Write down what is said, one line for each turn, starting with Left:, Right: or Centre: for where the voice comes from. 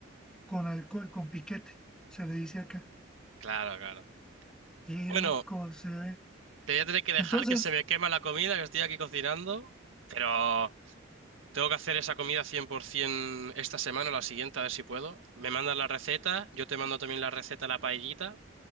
Centre: con alcohol, con piquete, se le dice acá.
Right: Claro, claro.
Centre: Y
Right: Bueno,
Centre: loco se ve.
Right: te voy a tener que dejar
Centre: Entonces,
Right: que se me quema la comida que estoy aquí cocinando, pero tengo que hacer esa comida 100% esta semana o la siguiente, a ver si puedo. Me mandas la receta, yo te mando también la receta de la paellita